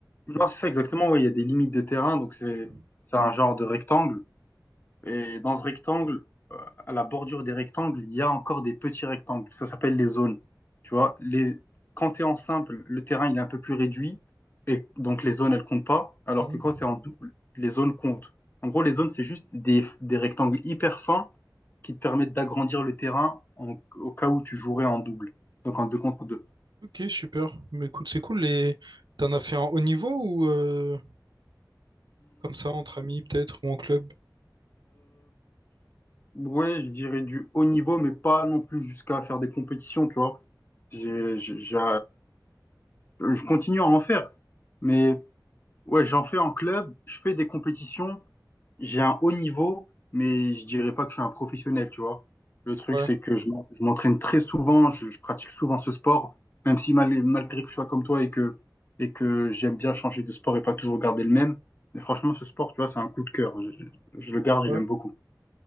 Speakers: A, on the left; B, on the right.
A: Non, c'est ça exactement, ouais, il y a des limites de terrain, donc c'est
B: Mhm.
A: c'est un genre de rectangle. Et dans ce rectangle, euh, à la bordure des rectangles, il y a encore des petits rectangles. Ça s'appelle les zones. Tu vois, les... quand tu es en simple, le terrain il est un peu plus réduit. Et donc les zones, elles comptent pas. Alors
B: Mhm.
A: que quand tu es en double, les zones comptent. En gros, les zones, c'est juste des, des rectangles hyper fins qui te permettent d'agrandir le terrain en- au cas où tu jouerais en double. Donc en deux contre 2.
B: Ok, super. Mais écoute, c'est cool. Les... T'en as fait un haut niveau ou euh, comme ça, entre amis peut-être, ou en club?
A: ouais, je dirais du haut niveau, mais pas non plus jusqu'à faire des compétitions, tu vois. J'ai j'ai- j'ai- Je continue à en faire. Mais ouais, j'en fais en club, je fais des compétitions, j'ai un haut niveau, mais je dirais pas que je suis un professionnel, tu vois. Le truc,
B: Ouais.
A: c'est que je m'en- je m'entraîne très souvent, je, je pratique souvent ce sport, même si mal- malgré que je sois comme toi et que, et que j'aime bien changer de sport et pas toujours garder le même. Mais franchement, ce sport, tu vois, c'est un coup de cœur. Je, je le garde,
B: Ouais.
A: je l'aime beaucoup.